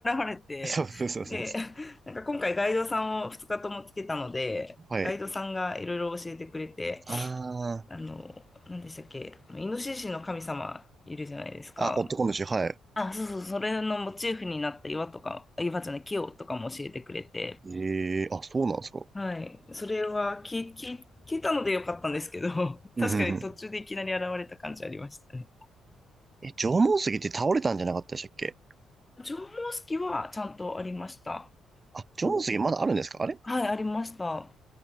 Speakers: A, on the left; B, on the right.
A: れて、
B: <laughs> そうそうそうそう
A: で、なんか今回ガイドさんを2日ともつけたので、
B: はい。
A: ガイドさんがいろいろ教えてくれて、
B: あ
A: あの、何でしたっけ、イノシシの神様いるじゃないですか。
B: あ、あ、オットコンでしょはい。
A: あ、そうそう、それのモチーフになった岩とか、あ岩じゃない、木をとかも教えてくれて、
B: ええあ、そうなんですか。
A: はい、それは聞い聞い聞いたのでよかったんですけど、<laughs>
B: うんうんうん。
A: 確かに途中でいきなり現れた感じありましたね。
B: え、縄文杉って倒れたんじゃなかったでしたっけ
A: 縄文式はちゃんとありました。
B: あ、縄文杉まだあるんですかあれ
A: おはい、ありました。